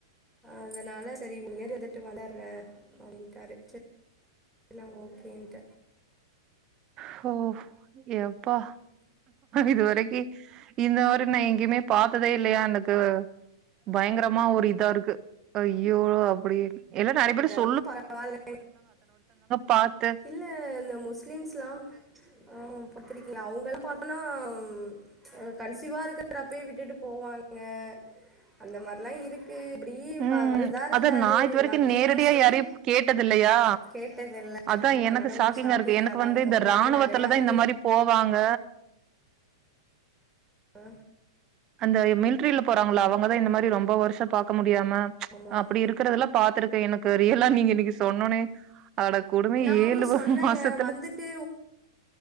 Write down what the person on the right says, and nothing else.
ஹோ எப்பா இதுவரைக்கு இந்த மாறி நான் எங்கேயுமே பாத்ததே இல்லையா எனக்கு பயங்கரமா ஒரு இதா இருக்கு இவளு அப்புடியே எல்லா நிறைய பேர் ஸ்
பாத்து
ம்
அத நா இது வரைக்கு
நேரடியா
யாரையும் கேட்டது இல்லையா
அதான்
எனக்கு ஷாக்கிங்கா
இருக்கு எனக்கு
வந்து
இந்த இராணுவத்துலதான்
இந்த
மாறி போவாங்க
அந்த இ மில்க் மில்ட்ரியில போறாங்களா அவங்கதான் இந்த மாறி ரொம்ப வருஷம் பாக்க முடியாம
அப்புடி
இருக்கறதெல்லா பாத்துருக்கே எனக்கு ரியலா நீங்க இன்னைக்கி சொன்னோனே அடக் கொடும
ஏழு வா
மாசத்துல